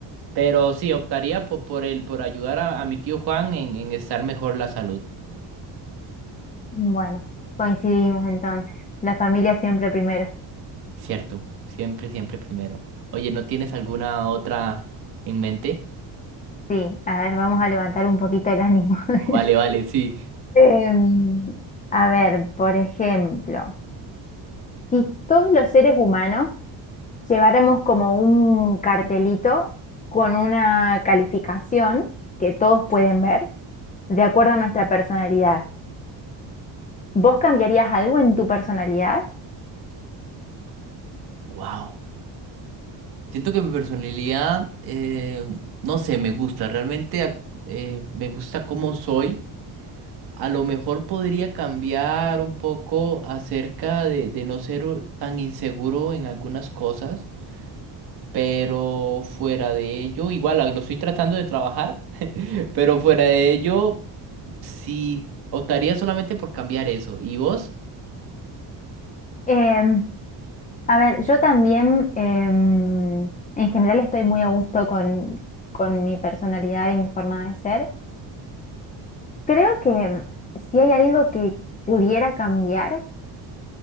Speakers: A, on the right (about 60°); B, on the left (about 20°).
A: Pero sí, optaría po- por, él, por ayudar a, a mi tío Juan en, en estar mejor la salud.
B: Bueno, coincidimos entonces. La familia siempre primero.
A: Cierto, siempre, siempre primero. Oye, ¿no tienes alguna otra en mente?
B: Sí, a ver, vamos a levantar un poquito el ánimo. <laughs>
A: Vale, vale, sí.
B: Em, a ver, por ejemplo, si todos los seres humanos Llevaremos como un cartelito con una calificación que todos pueden ver de acuerdo a nuestra personalidad. ¿Vos cambiarías algo en tu personalidad?
A: Wow. Siento que mi personalidad, eh, no sé, me gusta. Realmente ac- eh, me gusta cómo soy. A lo mejor podría cambiar un poco acerca de, de no ser u- tan inseguro en algunas cosas, pero fuera de ello, igual a- lo estoy tratando de trabajar, <laughs> pero fuera de ello. Sí, optaría solamente por cambiar eso. ¿Y vos?
B: Em, a ver, yo también em, en general estoy muy a gusto con, con mi personalidad y mi forma de ser. Creo que si hay algo que pudiera cambiar,